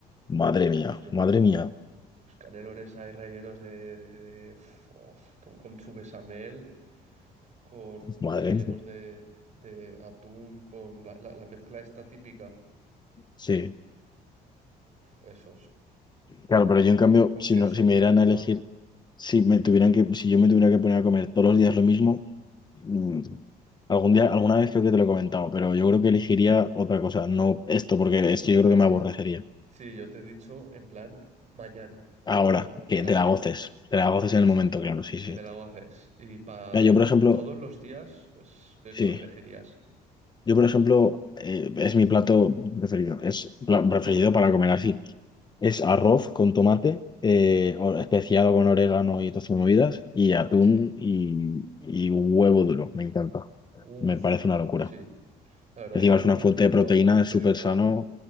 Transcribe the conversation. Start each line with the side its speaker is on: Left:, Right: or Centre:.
Left: Madre mía,
Right: Uf, yo
Left: madre
Right: me...
Left: mía,
Right: Los canelones ahí rellenos de... de- de- uf, of, con, con su bechamel. con
Left: madre.
Right: rellenos de, de atún, con la, la- la mezcla esta típica,
Left: Sí.
Right: esos,
Left: Claro, pero yo en cambio,
Right: con, con
Left: si
Right: queso
Left: no, si
Right: por
Left: me dieran
Right: encima.
Left: a elegir, si me tuvieran que, si yo me tuviera que poner a comer todos los días lo mismo, Mm, Algún día, alguna vez creo que te lo he comentado, pero yo creo que elegiría otra cosa, no esto, porque es que
Right: Hombre,
Left: yo creo que
Right: sí,
Left: me aborrecería.
Right: sí, yo te he dicho en plan mañana,
Left: Ahora,
Right: no
Left: que
Right: para
Left: te
Right: siempre,
Left: la goces, te la goces en
Right: sí,
Left: el momento, claro, sí, sí.
Right: que te la haces. Y para
Left: Mira, yo por ejemplo,
Right: todos los días, pues, ¿qué
Left: sí,
Right: qué elegirías?
Left: yo por ejemplo, eh, es mi plato preferido, es pla- preferido para comer así. Es arroz con tomate, eh, o- especiado con orégano y todas sus movidas, y atún
Right: Sí,
Left: y, y huevo duro, me encanta,
Right: uff,
Left: me parece una locura.
Right: sí. La verdad
Left: Encima
Right: que a
Left: es
Right: mí
Left: una
Right: también
Left: fuente
Right: me
Left: de
Right: gusta
Left: proteína,
Right: bastante, pero
Left: es súper
Right: igual,
Left: sano